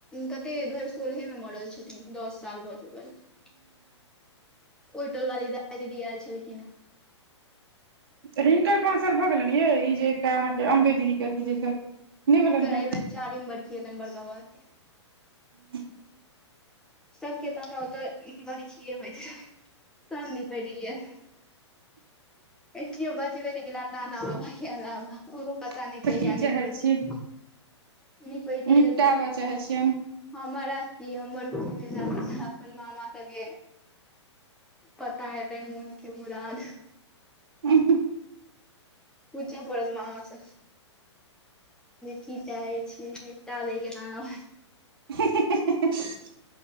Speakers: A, in the centre; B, on the right.
A: कते दु हजार सोलहे मे मरल छथिन दस साल भऽ चुकल छै ओइ टोल वाली राधा दीदी आयल छलखिन हँ
B: हिनकर पाँच साल भऽ गेलनि ये ई जे एकटा अहाँके अम्बे दीदीके अथी जे छथि नहि
A: हुनकर
B: भेलनि हँ
A: एहि बेर चारिम बड़खी हतनि बड़का बाबा के
B: हं
A: सबके तऽ हमरा ओतऽ बरखिए होइत रहै तंग कैसे देइअ एओ बाजबे नइ गेल नाना बाबा के अलावा ओहो पता
B: तऽ
A: नइ कहिया
B: की चाहै
A: निकलतै
B: छी
A: निकलतै
B: निपटाबऽ
A: रहे से
B: चाहै छियनि
A: हमरा आ की हमर को अपन मामा सब पता एतै हुनके मुराद
B: हं
A: पूछा पत ममाास की चाहे छी निपटा लै के न न
B: <inaudible>